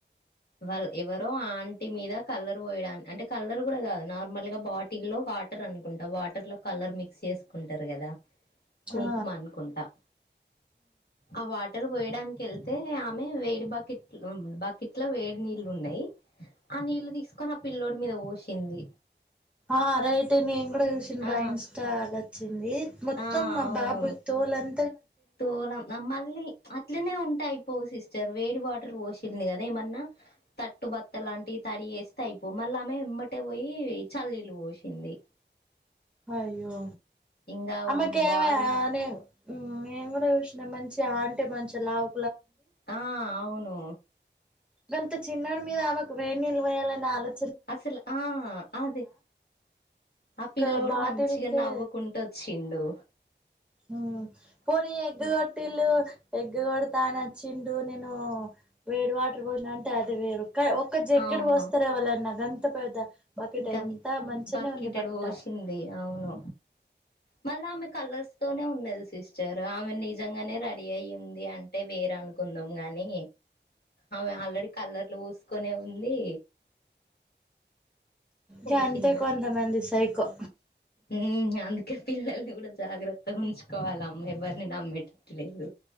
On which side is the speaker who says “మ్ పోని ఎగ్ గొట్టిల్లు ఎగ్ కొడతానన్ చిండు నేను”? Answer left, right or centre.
Centre